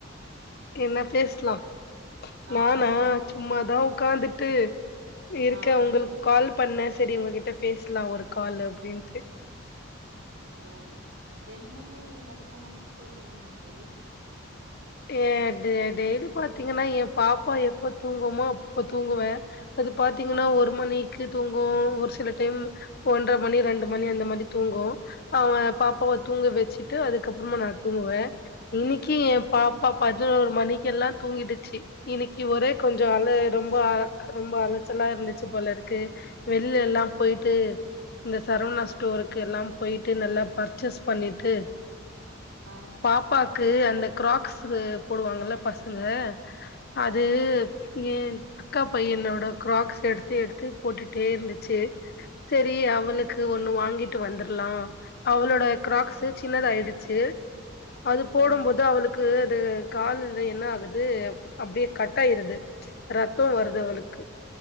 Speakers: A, on the left; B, on the right.
A: என்ன பேசலா
B: ஆ
A: நானா
B: பேசலா
A: சும்மாதா
B: தோழி
A: ஒ உக்காந்துட்டு நீ இருக்க
B: ஆ
A: ஒங்களுக்கு கால் பண்ண சரி உங்ககிட்ட பேசலா ஒரு கால் அப்டின்ட்டு
B: ஓ தெனமுமே நீங்க எத்தன மணிக்கு தூங்குவீங்க தோழி
A: ஏ டெ டெய்லி பாத்தீங்கனா ஏ பாப்பா எப்ப தூங்குமோ அப்ப தூங்குவ அது பாத்தீங்ன்னா
B: ஆ
A: ஒரு மணி க்கே தூங்கு ஒரு சில டைம் ஒன்ற மணி ரெண்டு மணி அந்த மாரி தூங்கு அவ பாப்பாவ
B: ஆ
A: தூங்க வச்சுட்டு அதுக்கப்புறமா நா தூங்குவ இன்னைக்கி என் பாப்பா பதினோரு மணிக்கெல்லா தூங்கிடுச்சி இன்னிக்கி ஒரே கொஞ்சொ அழ ரொம்ப ஆ ரொம்ப அலச்சலா இருந்துச்சு போலருக்கு வெளியெல்லா
B: ம்
A: போயிட்டு இந்த சரவணா
B: ம்
A: ஸ்டோருக்கு எல்லா போயிட்டு நல்லா பர்ச்சேஸ் பண்ணிட்டு
B: ஆ
A: பாப்பாக்கு அந்த கிராக்ஸு போடுவாங்கல்ல பசங்க அது
B: ஆ
A: ஏ அக்கா பையனோட க்ராக்ஸ் எடுத்து எடுத்து போட்டுட்டே இருந்துச்சு செரி
B: ஆ
A: அவளுக்கு ஒண்ணு வாங்கிட்டு வந்துரலா அவளோட கிராக்ஸ்
B: ஆ
A: சின்னதா ஆயிடுச்சு அது
B: ம்
A: போடும் போது அவுளுக் அது து கால்ல என்ன ஆகுது அப்டியே கட் ஆயிருது ரத்தோ வருது
B: ஆ
A: அவளுக்கு